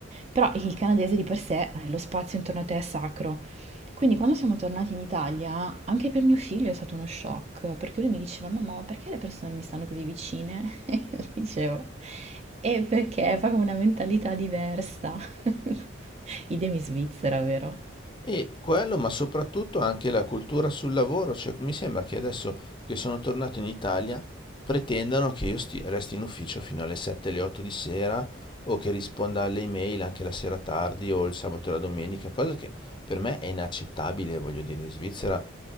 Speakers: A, on the right (about 30°); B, on the left (about 25°).
A: però il canadese di per sé, eh, lo spazio intorno a te è sacro, quindi quando siamo tornati in Italia, anche per mio figlio è stato uno shock, perché lui mi diceva, mamma, ma perché le persone mi stanno così vicine? <laughs> E io dicevo, e perché è proprio una mentalità diversa. <laughs> Idem in Svizzera, vero?
B: E quello, ma soprattutto anche la cultura sul lavoro, cioè mi sembra che adesso che sono tornato in Italia pretendano che io sti- resti in ufficio fino alle 7, alle 8 di sera o che risponda alle email anche la sera tardi o il sabato e la domenica, cosa che per me è inaccettabile, voglio dire, in Svizzera